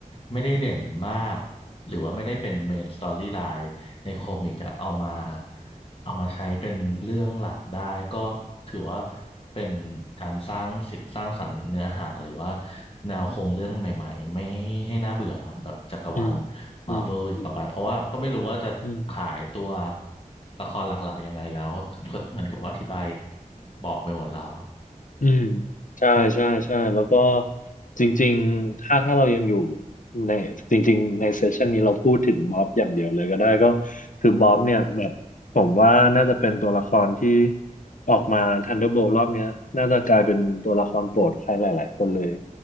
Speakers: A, on the left; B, on the left.
A: ไม่ได้เด่นมากหรือว่าไม่ได้เป็นเมนสตอรี่ไลน์ ในคอมิกอะเอามาเอามาใช้เป็นเรื่องหลักได้ก็ถือว่าเป็นการสร้างสิสร้างสรรค์เนื้อหาหรือว่าแนวโครงเรื่องใหม่ๆไม่ให้ให้น่าเบื่อแบบจักรวาล
B: อืม
A: มาเวลอีกต่อไปเพราะว่าก็ไม่รู้ว่าจะขายตัว
B: อืมอืมอืม
A: ละครหลักๆยังไงแล้วก็เหมือนกับว่าอธิบายบอกไปหมดแล้ว
B: อืมใช่ใช่ใช่แล้วก็จริงๆ ถ้าถ้าเรายังอยู่ในจริงๆในเซสชันนี้เราพูดถึงม็อบอย่างเดียวเลยก็ได้ก็คือม็อบเนี่ยแบบผมว่าน่าจะเป็นตัวละครที่ออกมา Thunderbolt รอบเนี้ยน่าจะกลายเป็นตัวละครโปรดใครหลายๆคนเลย